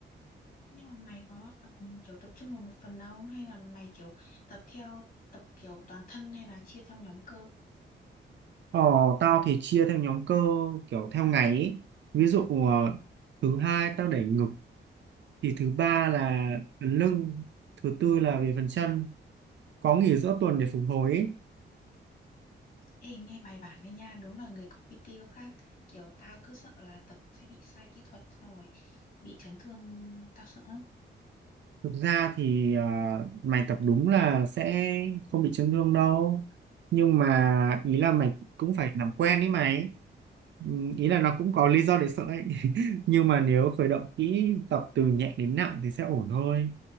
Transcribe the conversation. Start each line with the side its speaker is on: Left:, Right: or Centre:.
Left: Nhưng mà mày có tập kiểu tập trung vào một phần đâu hay là mày kiểu tập theo tập kiểu toàn thân hay là chia theo nhóm cơ?
Right: Ờ, tao thì chia theo nhóm cơ kiểu theo ngày ấy. Ví dụ ờ, thứ hai tao đẩy ngực thì thứ ba là phần lưng thứ tư là về phần chân có nghỉ giữa tuần để phục hồi ấy.
Left: Ê nghe bài bản đấy nha, đúng là người có PT có khác. Kiểu tao cứ sợ là tập sẽ bị sai kỹ thuật xong rồi bị chấn thương, tao sợ lắm.
Right: Thực ra thì ờ, mày tập đúng là sẽ không bị chấn thương đâu nhưng mà ý là mày cũng phải làm quen ấy mày Ừ, ý là nó cũng có lý do để sợ ấy <laughs> nhưng mà nếu khởi động kỹ tập từ nhẹ đến nặng thì sẽ ổn thôi